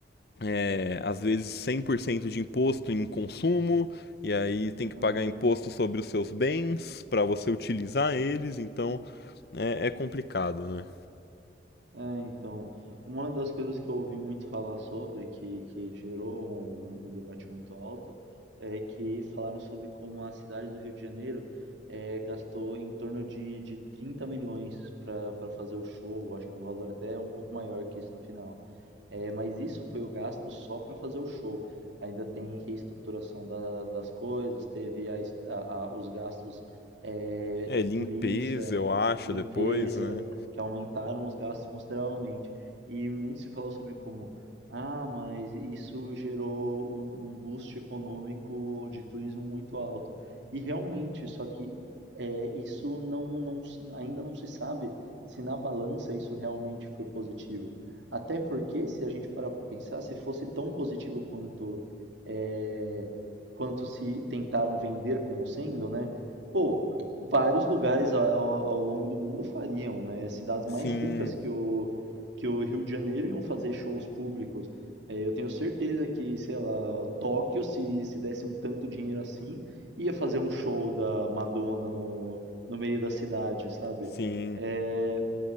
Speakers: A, on the left; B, on the right.
A: é, às vezes 100% de imposto em consumo, e aí tem que
B: Uhum.
A: pagar imposto sobre os seus bens para você utilizar eles, então é, é complicado, né?
B: É, então, uma das coisas que eu ouvi muito falar sobre, que, que gerou um, um debate muito alto, é que falaram sobre como a cidade do Rio de Janeiro eh, gastou em torno de, de 30 milhões para para fazer o show, acho que um valor até um pouco maior que isso no final. É, mas isso foi o gasto só para fazer o show. Ainda tem reestruturação da- das coisas, teve a es- a- a- os gastos eh,
A: É,
B: de
A: limpeza,
B: polícia,
A: eu acho,
B: limpeza
A: depois, né?
B: que aumentaram os gastos consideravelmente. E muito se falou sobre como, ah, mas isso gerou um, um boost econômico de turismo muito alto. E realmente, só que é, isso não, não, ainda não se sabe se na balança isso realmente foi positivo. Até porque, se a gente parar para pensar, se fosse tão positivo quanto é, quanto se tentaram vender como sendo, né? Pô, vários lugares a- ao, ao longo do mundo fariam, né? Cidades
A: Sim,
B: mais ricas que o, que o Rio de Janeiro iam fazer shows públicos. É, eu tenho certeza que, sei lá, Tóquio, se, se desse tanto dinheiro assim, ia fazer um show da Madonna no, no meio da cidade, sabe?
A: sim,
B: É,